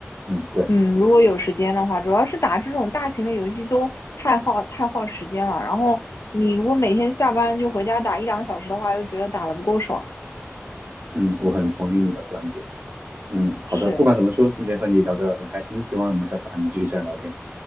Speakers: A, on the right (about 45°); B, on the left (about 80°).
A: 嗯，对。
B: 嗯，如果有时间的话，主要是打这种大型的游戏都太耗太耗时间了。然后你如果每天下班就回家打一两个小时的话，又觉得打得不够爽。
A: 嗯，我很同意你的观点。嗯，好的，
B: 是，
A: 不管怎么说，今天和你聊得很开心，希望我们下次还能继续这样聊天。